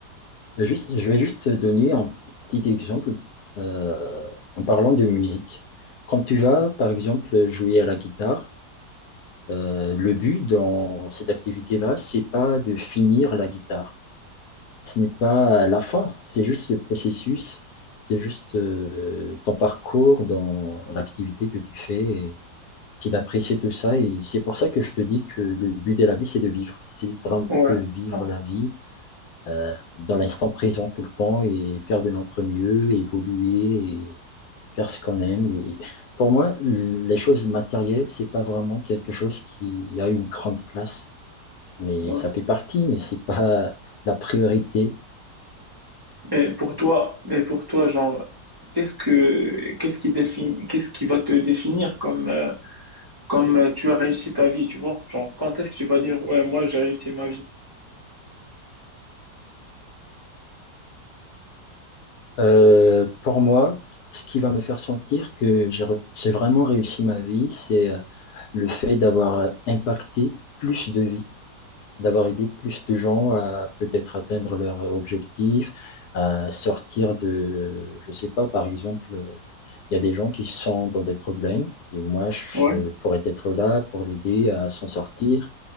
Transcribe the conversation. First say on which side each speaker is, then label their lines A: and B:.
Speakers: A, on the left; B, on the right.
A: juste, je vais juste te donner un petit exemple euh, en parlant de musique. Quand tu vas, par exemple, jouer à la guitare, euh, le but dans cette activité-là, c'est pas de finir la guitare. Ce n'est pas la fin, c'est juste le processus, c'est juste euh, ton parcours dans l'activité que tu fais qu'il appréciait tout ça. Et c'est pour ça que je te dis que le but de la vie, c'est de vivre. C'est vraiment
B: ouais,
A: de vivre
B: ouais.
A: la vie euh, dans l'instant présent tout le temps et faire de notre mieux, évoluer et faire ce qu'on aime. Et pour moi, les choses matérielles, c'est pas vraiment quelque chose qui a une grande place. Mais
B: ouais.
A: ça fait partie, mais c'est pas la priorité.
B: Mais pour toi, mais pour toi, genre, qu'est-ce que, qu'est-ce qui définit, qu'est-ce qui va te définir comme, euh, comme euh, tu as réussi ta vie, tu vois? Genre, quand est-ce que tu vas dire, ouais, moi, j'ai réussi ma vie?
A: Euh, pour moi, ce qui va me faire sentir que j'ai re- j'ai vraiment réussi ma vie, c'est euh, le fait d'avoir euh, impacté plus de vies, d'avoir aidé plus de gens à peut-être atteindre leur euh, objectif, à sortir de, je sais pas, par exemple, euh, il y a des gens qui sont dans des problèmes et moi, je
B: Ouais,
A: pourrais être là pour l'aider à s'en sortir.